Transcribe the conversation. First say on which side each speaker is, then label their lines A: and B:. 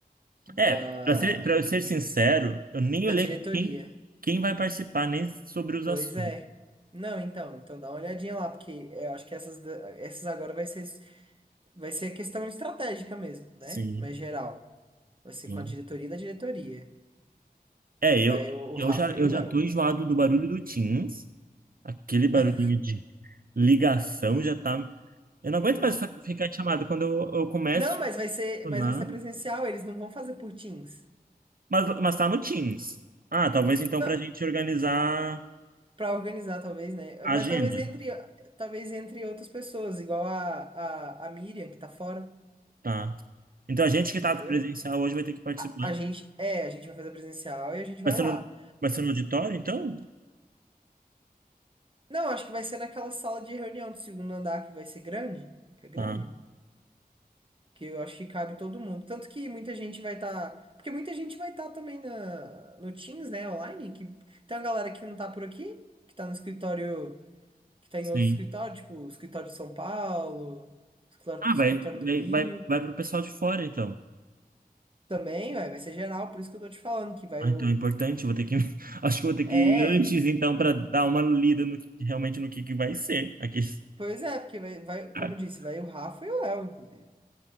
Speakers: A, on the right; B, on the right.
A: Da,
B: É, para ser, para eu ser sincero, eu nem
A: da
B: olhei
A: diretoria.
B: quem, quem vai participar, nem sobre os
A: Pois
B: assuntos.
A: é. Não, então, então dá uma olhadinha lá, porque é, eu acho que essas, da- essas agora vai ser, vai ser questão estratégica mesmo,
B: Sim,
A: né? Mas geral. Vai ser
B: sim.
A: com a diretoria da diretoria.
B: É,
A: Que
B: eu,
A: vai o, o
B: eu
A: Rafa
B: já, eu
A: e o
B: já
A: Léo.
B: tô enjoado do barulho do Teams, aquele barulhinho
A: <laughs>
B: de ligação já tá. Eu não aguento mais fa- ficar em chamada quando eu, eu começo
A: Não, mas vai ser,
B: a
A: mas
B: funcionar,
A: vai ser presencial, eles não vão fazer por Teams.
B: mas, mas tá no Teams. Ah, talvez então
A: Não,
B: pra gente organizar.
A: pra organizar, talvez, né?
B: Agenda,
A: Mas talvez entre, talvez entre outras pessoas, igual a, a, a Miriam, que tá fora,
B: tá. Então a gente que tá
A: entendeu?
B: presencial hoje vai ter que participar.
A: A, a gente, é, a gente vai fazer presencial e a gente vai
B: Vai ser
A: lá.
B: no, vai ser no auditório, então?
A: Não, acho que vai ser naquela sala de reunião do segundo andar que vai ser grande, que é grande,
B: Tá,
A: que eu acho que cabe todo mundo. Tanto que muita gente vai estar, porque muita gente vai estar também na no Teams, né, online, que tem uma galera que não tá por aqui, que tá no escritório, que tá
B: sim.
A: em outro escritório, tipo, o escritório de São Paulo, escritório,
B: Ah,
A: escritório
B: vai,
A: do
B: vai,
A: Rio.
B: vai, vai pro pessoal de fora, então.
A: Também, vai, vai ser geral, por isso que eu tô te falando que vai
B: Ah,
A: o
B: então é importante, eu vou ter que. <laughs> Acho que eu vou ter
A: É,
B: que ir antes, então, para dar uma lida no, que- realmente no que, que vai ser aqui.
A: pois é, porque vai, vai, como
B: <laughs>
A: eu disse, vai o Rafa e o Léo, inclusive.